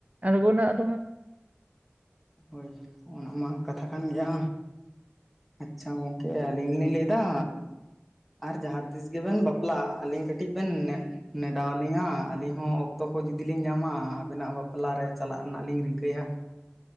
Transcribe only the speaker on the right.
ᱟᱬᱜᱚᱱᱟ ᱟᱫᱚ ᱦᱟᱸᱜ